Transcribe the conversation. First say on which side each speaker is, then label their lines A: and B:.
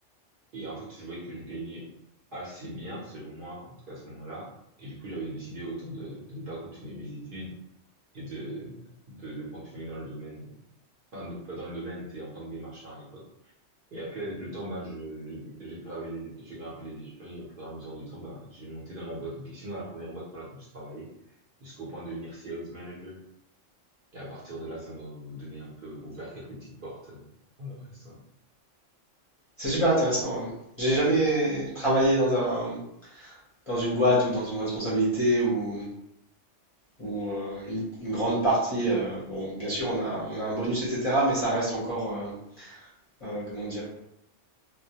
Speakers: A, on the right (about 55°); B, on the left (about 35°).
A: et en fait je voyais que je gagnais assez bien selon moi en tout cas à ce moment-là et du coup j'avais décidé autant de, de ne pas continuer mes études et de, de de continuer dans le domaine, enfin non, pas dans le domaine, c'était en tant que démarcheur à l'époque. Et après, avec le temps, bah, je, je- j'ai gravé les, j'ai grimpé les échelons et au fur et à mesure du temps, bah, j'ai monté dans la boîte en question, dans la première boîte pour laquelle je travaillais, jusqu'au point de devenir sales manager. Et à partir de là, ça m'a donné un peu, ouvert quelques petites portes euh, pour le reste, ouais.
B: C'est super intéressant. ouais. J'ai jamais travaillé dans un, dans une boîte ou dans une responsabilité ou, ou euh, une, une grande partie. euh, bon, bien sûr, on a, on a un bonus, etc., mais ça reste encore, euh, euh, comment dire,